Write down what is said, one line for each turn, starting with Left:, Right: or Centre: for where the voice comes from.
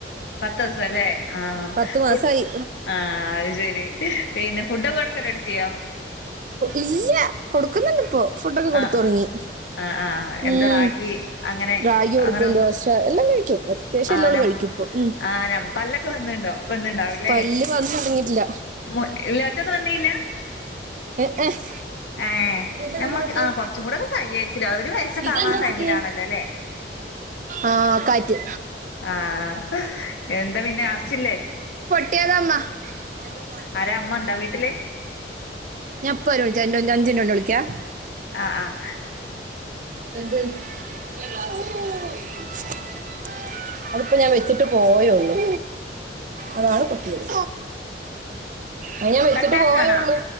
Left: പത്ത്സം ലേ ആഹ്
Right: പത്ത് മാസായി
Left: കു ആഹ് അത് ശെരി പിന്നെ ഫുഡൊക്കെ കൊട്ക്കലൊട്ത്ത്യോ
Right: ഇല്ല കൊട്ക്കുന്നുണ്ട് ഇപ്പോ ഫുഡൊക്കെ കൊട്ത്ത്
Left: ആഹ്
Right: തൊടങ്ങി
Left: ആഹ് ആഹ് എന്താ
Right: ഉം
Left: റാഗി അങ്ങനെ
Right: റാഗി കൊട്ക്കും
Left: അങ്ങനെ
Right: ദോശ എല്ലാം കഴിക്ക്യും അത്യാശ്യ
Left: ആഹ്
Right: എല്ലാ അവള്
Left: നം
Right: കഴിക്കും ഇപ്പൊ ഉം
Left: ആഹ് നം പല്ലൊക്കെ വന്ന്ണ്ടോ വന്ന്ണ്ടാവും ലേ
Right: പല്ല് വന്ന് തുടങ്ങിയിട്ടില്ല
Left: മു ഇല്ല ഒറ്റൊന്നും വന്നില്ല
Right: ഏഹ് ഏഹ്
Left: ഏഹ്
Right: ഇതെന്താ
Left: നമ്മൾക്ക്
Right: വീണ് പൊട്ട്യേ
Left: ആഹ് കൊറച്ചും കൂടൊക്കെ കഴിയായിരിക്കുംല്ലേ ഒരു വയസ്സൊക്കെ
Right: ഇതെന്താ
Left: ആവാൻ ടൈമിലാണല്ലോ
Right: പൊട്ട്യേ
Left: ല്ലേ
Right: ആഹ് കാറ്റ്
Left: ആഹ് എന്താ പിന്നെ ഹസ്സ്‌ ഇല്ലേ
Right: നമ്മ <inaudible>
Left: ആരാ അമ്മണ്ടോ വീട്ടില്
Right: ഞാ ഇപ്പേരും ഞ്ച് അഞ്ച്നിറ്റോണ്ട് വിളിക്കാം
Left: ആഹ് ആഹ്
Right: എന്ത് <unintelligible> അതിപ്പോ ഞാൻ വെച്ചിട്ട് പോയൊള്ളൂ അതാണ് പൊട്ടിയത് അത് ഞാൻ വെച്ചിട്ട്
Left: കട്ടാക്കാണോ
Right: പോയൊള്ളു